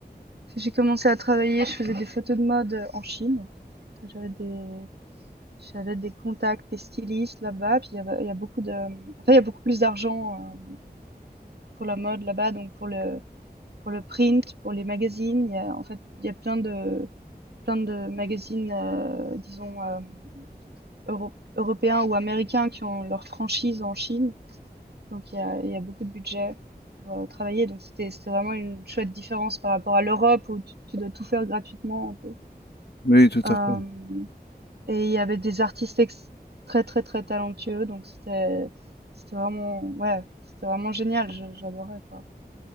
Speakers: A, on the right (about 75°); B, on the left (about 75°).
A: Parce que J'ai commencé à travailler, je faisais des photos de mode euh, en Chine. en fait. J'avais des, j'avais des contacts, des stylistes là-bas. Puis il y avait, il y a beaucoup de, enfin, il y a beaucoup plus d'argent euh, pour la mode là-bas, donc pour le, pour le print, pour les magazines. Il y a, en fait, il y a plein de, plein de magazines, euh, disons. euh, Euro européens ou américains qui ont leur franchise en Chine. Donc il y a, il y a beaucoup de budget pour euh, travailler. Donc c'était c'était vraiment une chouette différence par rapport à l'Europe où tu, tu dois tout faire gratuitement un peu.
B: Oui, tout
A: Euh,
B: à fait.
A: et il y avait des artistes ex- très très très talentueux. Donc c'était c'était vraiment ouais c'était vraiment génial. Je- J'adorais quoi.